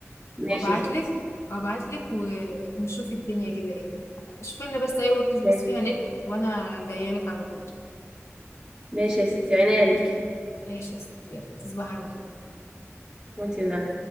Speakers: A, on the right; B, on the left.
A: ماشي
B: وابعت
A: يا ستي
B: لك وابعت لك ونشوف الدنيا كده ايه شوف لنا بس اي ورك سبيس
A: ماشي
B: فيها نت وانا جايه لك على طول
A: ماشي يا ستي عينيا ليكي
B: ماشي يا ستي يلا تصبحي على خير
A: وانت